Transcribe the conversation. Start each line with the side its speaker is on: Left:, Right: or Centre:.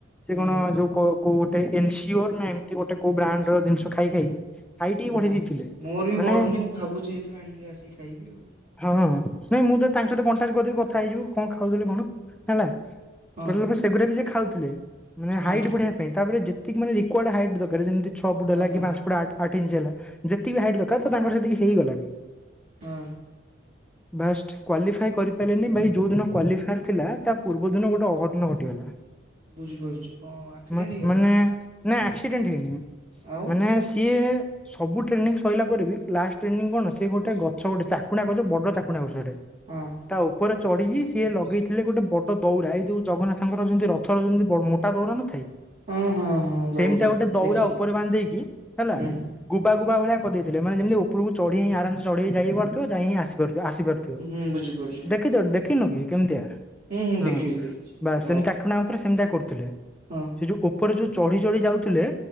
Centre: ସେ
Right: ହୁଁ।
Centre: କଣ ଯୋଉ କୋଉ ଗୋଟେ ଏନସିଓ ନା ଏମତି ଗୋଟେ କୋଉ ବ୍ରାଣ୍ଡ ର ଜିନିଷ ଖାଇ ଖାଇ ହାଇଟ୍ ହିଁ
Right: ହୁଁ
Centre: ବଢେଇ ଦେଇଥିଲେ।
Right: ମୋର ବି
Centre: ମାନେ
Right: ବଢୁନି ମୁଁ ଭାବୁଛି ହେଥିରୁ ଆଣିକି ଆସିକି ଖାଇବି ଆଉ।
Centre: ହଁ ହଁ ନାଇ ମୁଁ ତ ତାଙ୍କ ସହିତ କଣ୍ଟାକ୍ଟ କରିଦେବି କଥା ହେଇଯିବୁ କଣ ଖାଉଥିଲେ କଣ ହେଲା। ଟୋଟାଲ
Right: ଆଉ
Centre: ପୁରା ସେଗୁଡା ବି ସେ ଖାଉଥିଲେ ମାନେ
Right: ହଁ ହଁ
Centre: ହାଇଟ୍ ବଢିବା ପାଇଁ। ତାପରେ ଯେତିକି ମାନେ ରିକ୍ୱାର୍ଡ଼ ହାଇଟ ଦରକାର ଯେମିତି ଛଅ ଫୁଟ ହେଲା
Right: ହଁ
Centre: କି ପାଞ୍ଚ
Right: ହଁ
Centre: ଫୁଟ ଆଠ ଆଠ ଇଞ୍ଚି ହେଲା। ଯେତିକି ହାଇଟ ଦରକାର ତ ତାଙ୍କର ସେତିକି ହେଇଗଲା ବି।
Right: ହଁ।
Centre: ବାଷ୍ଟ କ୍ୱାଲିଫାଏ କରିପାରିଲେନି ଭାଇ ଯୋଉ ଦିନ କ୍ୱାଲିଫାୟାର ଥିଲା ତା ପୂର୍ବ ଦିନ ଗୋଟେ ଅଘଟଣ ଘଟିଗଲା।
Right: ବୁଝିପାରୁଚଛି କଣ ଆକ୍ସିଡେଣ୍ଟ
Centre: ମା
Right: ହେଇ
Centre: ମାନେ ନା ଆକ୍ସିଡେଣ୍ଟ ହେଇନି
Right: ଆଉ
Centre: ମାନେ ସିଏ ସବୁ ଟ୍ରେନିଂ ସଇଲା ପରେ ବି ଲାଷ୍ଟ ଟ୍ରେନିଂ କଣ ସେ ଗୋଟେ ଗଛ ଗୋଟେ ଚାକୁଣ୍ଡା ଗଛ ବଡ ଚାକୁଣ୍ଡା ଗଛଟେ
Right: ହଁ।
Centre: ତା ଉପରେ ଚଢିକି ସିଏ ଲଗେଇଥିଲେ ଗୋଟେ ବଡ ଦୌଡ଼ା। ଏଇ ଯୋଉ ଜଗନ୍ନାଥଙ୍କର ଯେମିତି ରଥ ରଥ ର ଯେମିତି ମୋଟା ଦୌଡ଼ା ନ ଥାଏ।
Right: ହଁ ହଁ ହଁ
Centre: ସେମିତିଆ
Right: ଦୌରା
Centre: ଗୋଟେ ଦୋଉରା
Right: ଦେଖିଛି
Centre: ଉପରେ ବାନ୍ଧେଇକି ହେଲା
Right: ହୁଁ
Centre: ଗୁବା ଗୁବା ଭଳିଆ କରିଦେଇଥିଲେ। ମାନେ ଯେମିତି ଓପରୁକୁ ଚଢ଼ିଁ ଆରମ ସେ ଚଢ଼ିକି ଯାଇପାରୁଥିବ ଯାଇହିଁ ଆସି ପାରୁଥିବ ଆସି ପାରୁ ଥିବ।
Right: ହୁଁ ବୁଝିପାରୁଛି
Centre: ଦେଖିଚ ଦେଖିନୁ କି କେମିତିଆ
Right: ହୁଁ ହୁଁ
Centre: ହଁ
Right: ଦେଖିଛି ଦେଖିଛି
Centre: ବାସ
Right: ଗାଁରେ
Centre: ସେମିତିଆ ସେ ଆଉଥରେ ସେମିତିଆ କରୁଥିଲେ।
Right: ହଁ।
Centre: ସେ ଯୋଉ ଉପରେ ଯୋଉ ଚଢି ଚଢି ଯାଉଥିଲେ